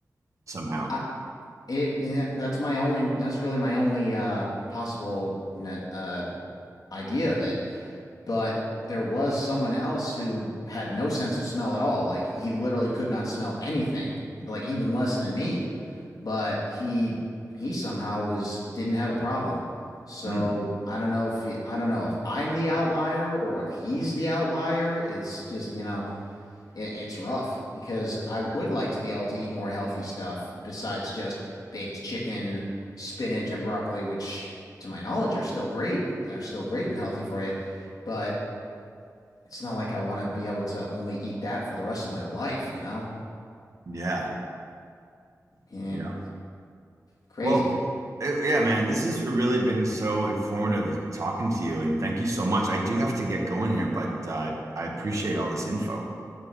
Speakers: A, on the right; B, on the left.
A: somehow.
B: I it yeah, that's my only that's really my only uh possible net, uh idea of it but there was someone else who had no sense of smell at all. Like he literally could not smell anything, like even less than me. But he he somehow was didn't have a problem. So
A: Mm,
B: I don't know if he, I don't know if I'm the outlier or if he's the outlier. It's just, you know, it, it's rough because I would like to be able to eat more healthy stuff besides just baked chicken, spinach, and broccoli, which to my knowledge are still great, are still great and healthy for you. But it's not like I want to be able to only eat that for the rest of my life, you know?
A: yeah,
B: And
A: yeah.
B: crazy.
A: Well, it- yeah, man, this has really been so informative talking to you, and thank you so much. I do have to get going here, but uh, I appreciate all this info.